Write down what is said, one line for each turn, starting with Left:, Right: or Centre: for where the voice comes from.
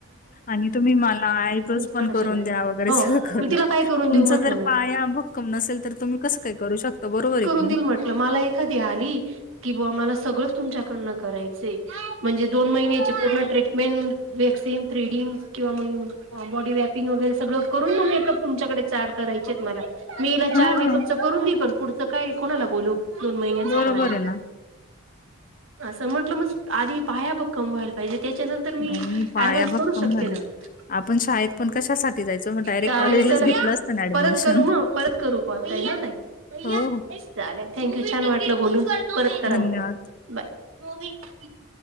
Left: आणि तुम्ही मला आयब्रोज पण
Right: थोडं
Left: करून
Right: सगळं
Left: द्या वगैरे
Right: हो
Left: सगळ करा,
Right: मग तिला काय करून
Left: तुमच
Right: देऊ म्हटलं
Left: जर
Right: मी
Left: पाया बघ कम नसेल तर तुम्ही कसं काही करू शकता, बरोबर की.
Right: दि
Left: नाही?
Right: म्हटलं, मला एखादी आली. कि बुवा मला सगळंच तुमच्याकडन करायचंय, म्हणजे दोन महिन्या चे पूर्ण ट्रीटमेंट व्हॅक्सिन, थ्रीडिंग किंवा मग बॉडी वॅपिंग वगैरे सगळं करून मग मेकअप तुमच्याकडे चार करायचे आहेत मला. मी
Left: हां,
Right: चार मेकअपच करून देईल पण पुढचं काय कोणाला बोलू दोन महिन्याच
Left: बरोबर
Right: करायला.
Left: आहे ना.
Right: असं म्हटलं मग आधी पाया भक्कम व्हायला पाहिजे त्याच्यानंतर मी
Left: आणि पाया
Right: ऍडव्हान्स
Left: भक्कम
Right: करू शकते
Left: झाल्या,
Right: ना
Left: आपण शाळेत पण कशासाठी जायचो मग डायरेक्ट
Right: चालेल
Left: कॉलेजलाच
Right: चला
Left: घेतलं ना ॲडमिशन.
Right: परत करू मग, परत करू कॉल काय ना काय
Left: हो, हो.
Right: चालेल थँक्यू छान वाटलं बोलून. परत कराव,
Left: धन्यवाद.
Right: बाय.